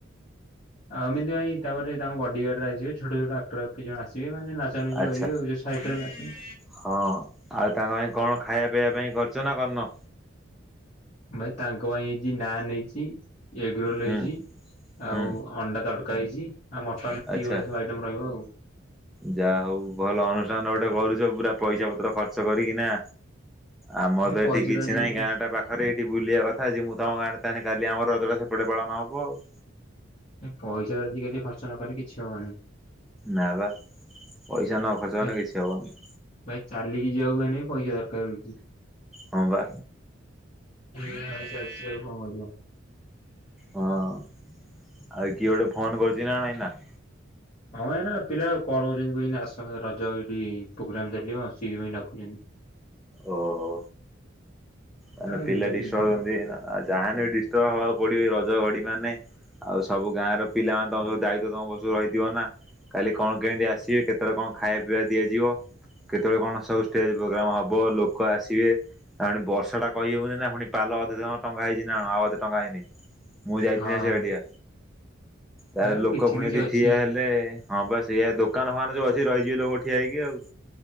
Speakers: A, on the left; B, in the centre.
A: ଅମିତ୍‌ ଭାଇ ତାପରେ ତାଙ୍କ ବଡିଗାର୍ଡ ରେ ଆସିବେ। ଛୋଟ ଛୋଟ ଆକ୍ଟର ଆଉ କେତ ଜଣ ଆସିବେ ମାନେ ନାଚା ନାଚି
B: ଆଚ୍ଛା।
A: କରିବେ ଯ ସାଇଟ ରେ ନାଚ।
B: ହଁ ଆଉ ତାଙ୍କ ପାଇଁ କଣ ଖାଇବା ପିଇବା ପାଇଁ କରୁଚ ନା କରିନ?
A: ଭାଇ ତାଙ୍କ ପାଇଁ ଆଜି ନାନ୍‌ ହେଇଛି। ଏଗ ରୋଲ୍‌
B: ହୁଁ
A: ହେଇଛି ଆଉ
B: ହୁଁ
A: ଅଣ୍ଡା ତଡ଼କା ହେଇଛି ଆଉ ମଟନ୍‌
B: ଆଚ୍ଛା।
A: କି <unintelligible> ଆଇଟମ୍‌ ରମ ରହିବ ଆଉ।
B: ଯାହା ହଉ ଭଲ ଅନୁଷ୍ଠାନ ଗୋଟେ କରୁଛ ପୁରା ପଇସା ପତ୍ର ଖର୍ଚ୍ଚ କରି କିନା। ଆମର
A: ଭାଇ
B: ତ
A: ପଇସା
B: ଏଠି କିଛି
A: ଆଜିକାଲି
B: ନାହିଁ ଗାଁ ଟା ପା ପାଖରେ ଏଇଠି ବୁଲିଆ କଥା ଯେ ମୁଁ ତମ ଗାଁ ରେ ତାହେନେ କାଲି ଆମ ରଜଟା ସେପଟେ ପାଳନ ହବ ଆଉ।
A: ଏ ପଇସା ଯଦି ଆଜିକାଲି ଖର୍ଚ୍ଚ ନ କଲେ କିଛି ହବ ନି।
B: ନା ବା ପଇସା ନ ଖର୍ଚ୍ଚ
A: ଭାଇ
B: କଲେ କିଛି ହବ ନି।
A: ଭାଇ ଚାଲିକି ଯିବାକୁ ହେଲେ ପଇସା ଦରକାର୍ ହଉଛି।
B: ହଁ ବା
A: ଏ ଇଆ ଆଉ ଚାଲିଛି ଆଉ କଣ କରିଆ।
B: ହଁ ଆଉ କିଏ ଗୋଟେ ଫୋନ୍‌ କରୁଛି ନା କଣ ଏଇନା?
A: ହଁ ଏନା ପିଲା କଲ କରୁଛନ୍ତି କହୁଛନ୍ତି ଆସ ରଜ ଏଇଠି ପ୍ରୋଗରାମ ଚାଲିବ ସେଇଥିପାଇଁ ଡାକୁଛନ୍ତି।
B: ଓ ହୋ।
A: ଏରା
B: ମାନେ
A: ଏଇନାକେ
B: ପିଲା ଡିଷ୍ଟର୍ବ
A: ଯିବ
B: ହଛନ୍ତି ଯାହା ହେଲେ ବି ଡିଷ୍ଟର୍ବ ହବାକୁ ପଡ଼ିବ ରଜ ଘଡି ମାନେ ଆଉ ସବୁ ଗାଁ ର ପିଲାମାନେ ତମ ସବୁ ଦାୟିତ୍ଵ ତମ ରହିଥିବ ନା। କାଲି କଣ କେମିତି ଆସିବେ କେତେବେଳେ କଣ ଖାଇବା ପିଇବା ଦିଆଯିବ। କେତେବେଳେ କଣ ସବୁ ଷ୍ଟେଜ ପ୍ରୋଗ୍ରାମ୍ ହବ ଲୋକ ଆସିବେ ଆଉ ବର୍ଷା ଟା କହି ହଉନି ନା ପୁଣି ପାଲ ଅଧେ ଜଣ ଟଙ୍ଗା ହେଇଛି ନା ଆଉ ଅଧେ ଟଙ୍ଗା ହଇନି। ମୁଁ ଯାଇଥିଲିନି
A: ହଁ
B: ସେ ଏରିଆ ତା
A: ଆଉ
B: ଲୋକ
A: କିଛି
B: ପୁଣି
A: କିଛି
B: ଏଠି
A: ଅଛି
B: ଠିଆ ହେଲେ ହଁ ବା ସେଇଆ ଦୋକାନ ଫୋକାନ ଯୋଉ ଅଛି ରହିଯିବେ ଲୋକ ଠିଆ ହଇକି ଆଉ।